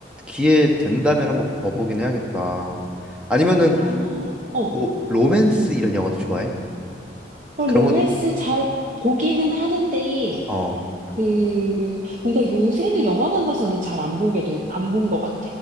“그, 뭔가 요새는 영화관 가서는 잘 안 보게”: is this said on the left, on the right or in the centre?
Right